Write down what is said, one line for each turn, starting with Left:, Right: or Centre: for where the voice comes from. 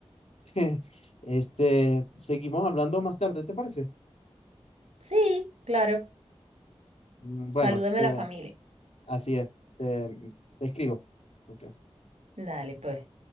Left: <laughs> Este, seguimos hablando más tarde, ¿te parece?
Right: sí, claro,
Left: Mm, Bueno,
Right: salúdame
Left: te-
Right: a la familia.
Left: así es. Te, te escribo. Ok.
Right: Dale, pues.